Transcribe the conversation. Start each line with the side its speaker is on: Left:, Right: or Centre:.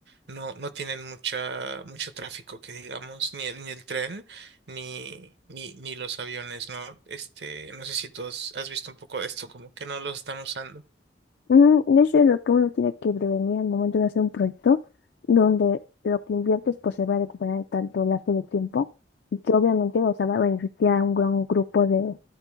Right: no, no tienen mucha, mucho tráfico, que digamos, ni, el- ni el tren, ni, ni, ni los aviones, ¿no? Este, no sé si tú has has visto un poco de esto, como que no los están usando.
Left: Mm, De hecho, es lo que uno tiene que prevenir al momento de hacer un proyecto, donde lo que inviertes pues se va a recuperar en tanto lapso de tiempo y que obviamente o sea, va a beneficiar a un gran grupo de